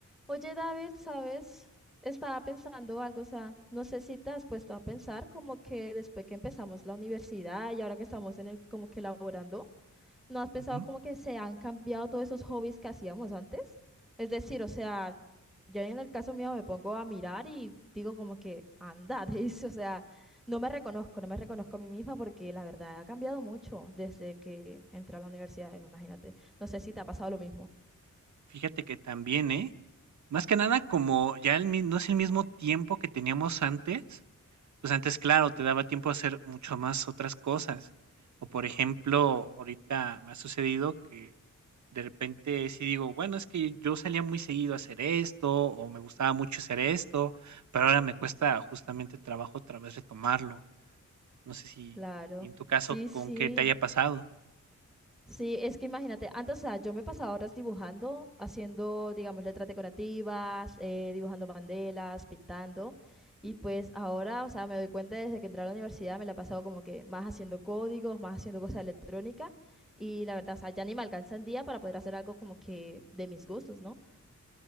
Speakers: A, in the centre; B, on the right (about 65°).
A: Oye, David, ¿sabes? Estaba pensando algo, o sea, no sé si te has puesto a pensar como que después que empezamos la universidad y ahora que estamos en el como que laborando, ¿no has pensado
B: Ujú.
A: como que se han cambiado todos esos hobbies que hacíamos antes? Es decir, o sea, yo en el caso mío me pongo a mirar y digo como que anda, <laughs> dice, o sea, no me reconozco, no me reconozco a mí misma porque la verdad ha cambiado mucho desde que entré a la universidad, imagínate. No sé si te ha pasado lo mismo.
B: Fíjate que también, ¿eh? Más que nada, como ya el mi no es el mismo tiempo que teníamos antes, pues antes, claro, te daba tiempo a hacer mucho más otras cosas. O, por ejemplo, ahorita me ha sucedido que de repente sí digo, bueno, es que yo salía muy seguido a hacer esto, o me gustaba mucho hacer esto, pero ahora me cuesta justamente trabajo otra vez retomarlo. No sé si
A: Claro,
B: a ti en tu caso
A: sí, sí.
B: con qué te haya pasado.
A: Sí, es que imagínate, antes, o sea, yo me pasaba horas dibujando, haciendo, digamos, letras decorativas, eh, dibujando bandelas, pintando, y pues ahora, o sea, me doy cuenta desde que entré a la universidad, me la he pasado como que más haciendo códigos, más haciendo cosas electrónicas, y la verdad, o sea, ya ni me alcanza el día para poder hacer algo como que de mis gustos, ¿no?